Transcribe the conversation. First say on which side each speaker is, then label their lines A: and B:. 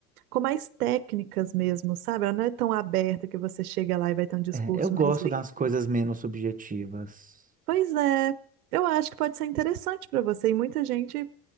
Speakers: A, on the right; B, on the right.
A: com mais técnicas mesmo, sabe? Ela não é tão aberta que você chega lá e vai ter um discurso
B: É, eu gosto
A: mais livre.
B: das coisas menos subjetivas.
A: Pois é, eu acho que pode ser interessante para você. E muita gente